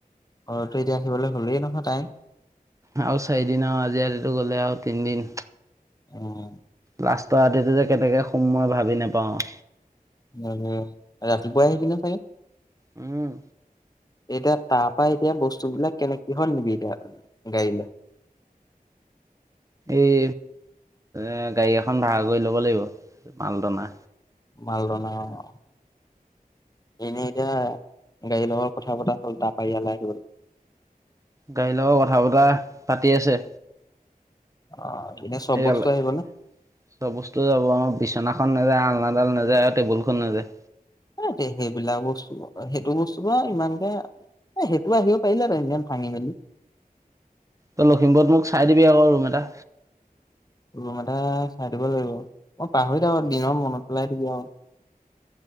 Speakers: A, on the left (about 25°); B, on the right (about 20°).
A: ঘৰতো এতিয়া আহিবলৈ হ'লেই নহয় টাইম।
B: আৰু চাৰিদিন আৰু আজি ৰাতিটো গ'লে আৰু তিনিদিন।
A: অ'।
B: লাষ্টৰ ৰাতিটো যে কেনেকৈ খোম মই ভাবি নাপাওঁ।
A: উম, উম ৰাতিপুৱাই আহিবিনে চাগে।
B: উম।
A: এতিয়া তাৰ পৰা এতিয়া বস্তুবিলাক কেনেক কিহত নিবি এতিয়া, গাড়ীলৈ।
B: এই এ গাড়ী এখন ভাড়া কৰি ল'ব লাগিব, মালটনা।
A: মালটনা অ'। এনেই এতিয়া গাড়ীৰ লগত কথা পতা হ'ল তাৰ পৰা ইয়ালৈ আহিবলৈ।
B: গাড়ীৰ লগত কথা বতৰা পাতি আছে।
A: অহ' এনে চব
B: এয়ালে
A: বস্তু আহিব নে?
B: চব বস্তু যাব আৰু বিচনাখন নাযায়, আলনাডাল নাযায়, আৰু টেবুলখন নাযায়।
A: এ সে-সেইবিলাক বস্তু, সেইটো বস্তু আৰু ইমানকে এ সেইটো আহিব পাৰিলে হেতেন, ইমান ভাঙি মেলি।
B: তই লখিমপুৰত মোক চাই দিবি আকৌ ৰুম এটা।
A: ৰুম এটা চাই ল'ব লাগিব মই পাহৰি থাকো দিনত মনত পেলাই দিবি আৰু।